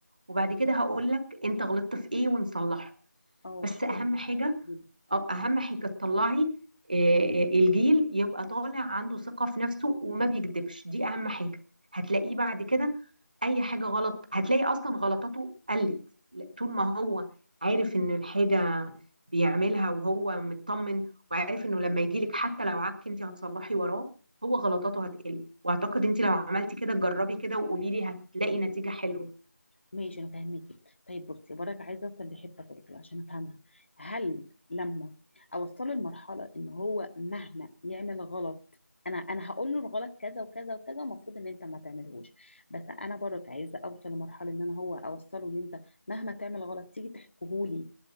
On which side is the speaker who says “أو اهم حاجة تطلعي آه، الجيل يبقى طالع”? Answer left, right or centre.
Right